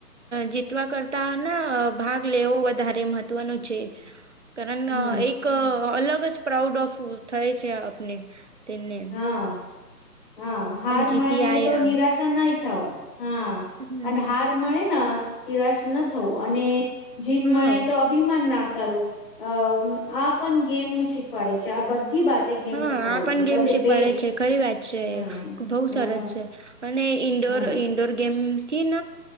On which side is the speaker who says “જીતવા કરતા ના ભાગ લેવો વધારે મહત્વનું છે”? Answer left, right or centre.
Right